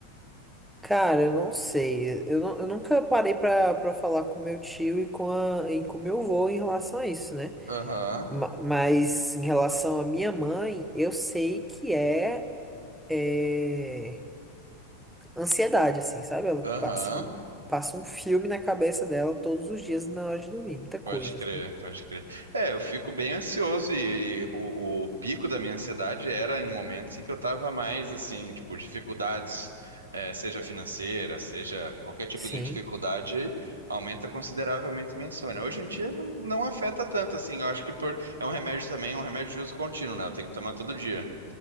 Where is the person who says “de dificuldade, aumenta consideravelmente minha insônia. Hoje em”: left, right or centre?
Right